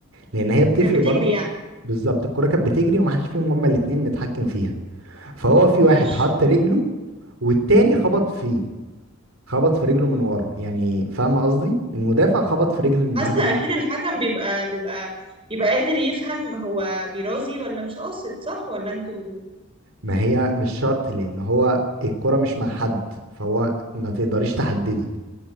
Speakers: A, on the right; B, on the right.
A: لأن هي بتفرق
B: كانت بتجري
A: برضو
B: يعني
A: بالظبط الكورة كانت بتجري ومحدش فيهم هما الاتنين متحكم فيها فهو في
B: ماشي
A: واحد حط رجله والتاني خبط فيه خبط في رجله من ورا يعني فاهم قصدي المدافع خبط في رجل المهاجم
B: حاسه اكيد الحكم بيبقى بيبقى بيبقى قادر يفهم هو بيرازي ولا مش قاصد صح ولا انتوا
A: ما هي مش شرط لأن هو الكورة مش مع حد فهو ما تقدريش تحددي